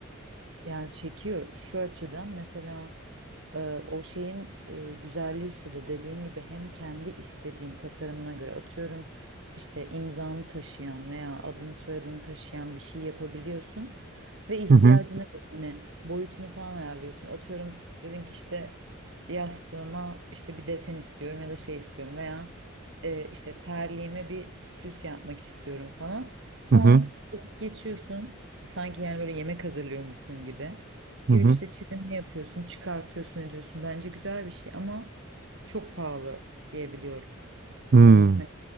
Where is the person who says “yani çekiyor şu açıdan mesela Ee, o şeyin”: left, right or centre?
Right